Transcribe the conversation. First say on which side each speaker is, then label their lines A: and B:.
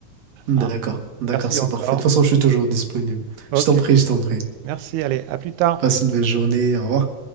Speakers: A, on the right (about 65°); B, on the right (about 85°).
A: D'accord.
B: hein.
A: D'accord,
B: Merci
A: c'est
B: encore.
A: parfait. De toute façon, je suis toujours disponible.
B: Ok,
A: Je t'en prie, je t'en prie.
B: merci. Allez, à plus tard.
A: Passe une belle journée. Au revoir.